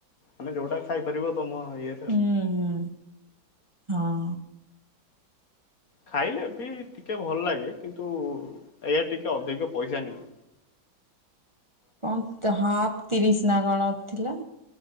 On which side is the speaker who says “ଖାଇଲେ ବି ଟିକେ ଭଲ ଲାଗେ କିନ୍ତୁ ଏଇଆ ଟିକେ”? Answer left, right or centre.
Left